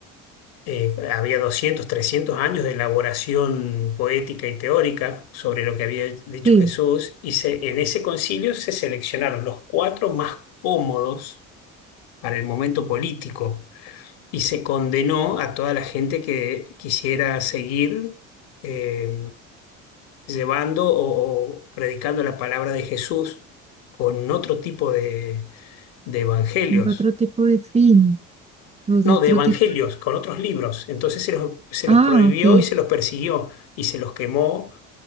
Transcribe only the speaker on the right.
Sí,
otro tipo de fin, o sea,
otro
tipo de-
Ah,
ok.